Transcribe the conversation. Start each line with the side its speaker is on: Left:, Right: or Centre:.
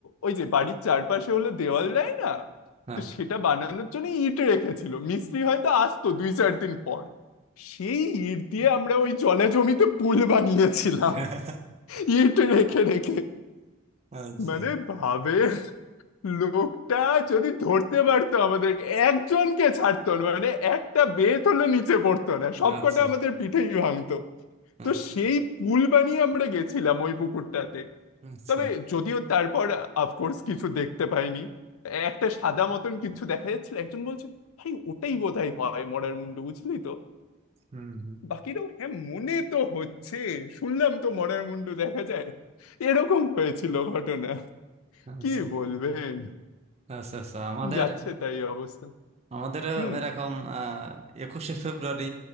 Left: ওই যে বাড়ির চারপাশে হলো দেওয়াল দেয় না
Right: হ্যাঁ
Left: তো সেটা বানানোর জন্য ইট রেখেছিল মিস্ত্রি হয়তো আসতো দুই চার দিন পর সেই ইট দিয়ে আমরা ওই জলা জমিতে পুল বানিয়েছিলাম
Right: <laughs>
Left: ইট রেখে রেখে
Right: আচ্ছা
Left: মানে ভাবে লোকটা যদি ধরতে পারতো আমাদেরকে একজনকে ছাড়তো না মানে একটা বেত হলে নিচে পড়তো না সবকটা
Right: আচ্ছা
Left: আমাদের পিঠেই ভাঙতো তো
Right: আচ্ছা
Left: সেই পুল বানিয়ে আমরা গেছিলাম ওই পুকুরটাতে
Right: আচ্ছা
Left: তবে যদিও তারপর অফকোর্স কিছু দেখতে পাইনি একটা সাদা মতন কিছু দেখা যাচ্ছিল একজন বলছে ভাই ওটাই বোধহয় হয় মরার মুন্ডু বুঝলি তো
Right: হুম হুম
Left: বাকিরাও হ্যাঁ মনে তো হচ্ছে শুনলাম তো মরার মুন্ডু দেখা যায় এরকম হয়েছিল ঘটনা
Right: আচ্ছা
Left: কি বলবেন
Right: আচ্ছা আচ্ছা আমাদের
Left: যাচ্ছে তাই অবস্থা
Right: আমাদের
Left: হুম
Right: এরকম আহ একুশে ফেব্রুয়ারি